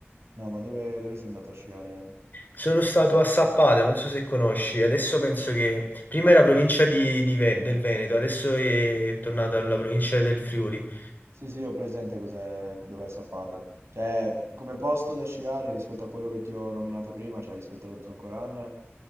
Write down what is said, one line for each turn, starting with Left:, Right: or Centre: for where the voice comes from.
Right: No, ma dove, dove sei andato a sciare?
Left: Sono stato a Sappata, non so se conosci, adesso penso che prima era provincia di- di Ve- del Veneto, adesso è tornata alla provincia del Friuli.
Right: Sì, sì, ho presente cos'è, dov'è Sappada. Cioè, come posto da sciare rispetto a quello che ti ho nominato prima, cioè rispetto allo Zoncolan,